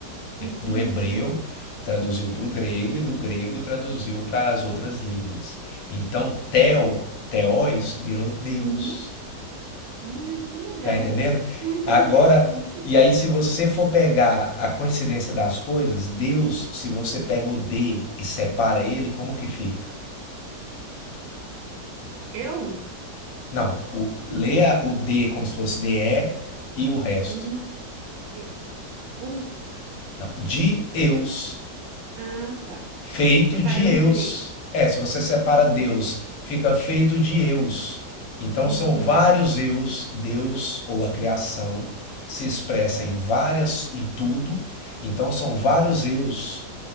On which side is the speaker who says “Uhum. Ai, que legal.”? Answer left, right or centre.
Right